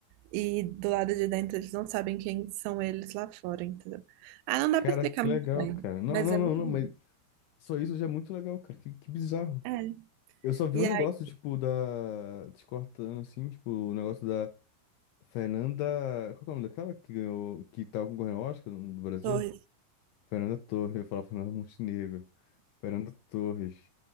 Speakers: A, on the right; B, on the left.
A: e do lado de dentro eles não sabem quem são eles lá fora, entendeu? Ah, não dá
B: Cara,
A: pra explicar
B: que
A: muito
B: legal,
A: bem,
B: cara. Não,
A: mas
B: não,
A: é
B: não,
A: muito
B: não,
A: bom.
B: mas só isso já é muito legal, cara. Que, que bizarro.
A: É.
B: Eu só vi
A: E
B: um
A: aí,
B: negócio, tipo, da. Te cortando assim, tipo, o negócio da Fernanda. Qual que é o nome daquela que ganhou. Que tava concorrendo ao Oscar do Brasil?
A: Torres
B: Fernanda Torres, eu falava Fernanda Montenegro. Fernanda Torres.